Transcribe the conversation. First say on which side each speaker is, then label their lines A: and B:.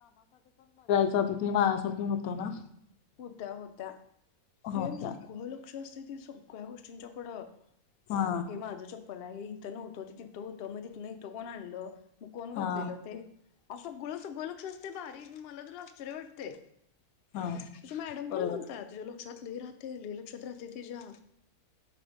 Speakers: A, on the left; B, on the left.
A: आणिती मायासारखे होतं ना
B: होत्या होत्या सेम
A: होत्या
B: सगळं लक्ष असते दिसून सगळ्या गोष्टींच्याकडं
A: हा
B: हे माझ्य चाकले मला हे इथं नव्हतं ते तिथं होतं मग तिथं इथं कोण आणलं कोण घातलेल
A: हा
B: ते सगळं सगळं लक्ष असते बारीक मला तर आश्चर्य वाटतंय
A: हा
B: तुझ मॅडम पण
A: बरोबर
B: म्हणतात लक्षात लई राहते लई लक्षात राहते तीचा